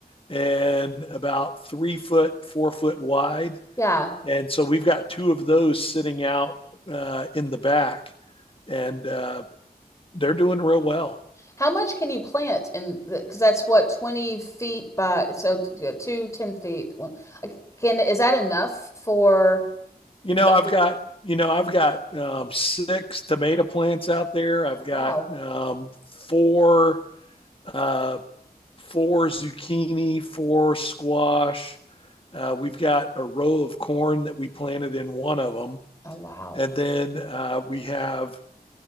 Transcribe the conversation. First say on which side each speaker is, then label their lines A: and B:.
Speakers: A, on the left; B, on the left.
A: and about three foot, four foot wide,
B: yeah.
A: and so we've got two of those sitting out uh, in the back, and uh, they're doing real well.
B: How much can you plant in the because that's what 20 feet by so yeah, two, ten feet. One like, can is that enough for
A: you
B: what
A: know, I've
B: you
A: got
B: want?
A: you know, I've got um, six tomato plants out there. I've
B: Oh
A: got
B: wow.
A: um, four uh, four zucchini, four squash. Uh, we've got a row of corn that we planted in one of them,
B: Oh wow.
A: and then uh, we have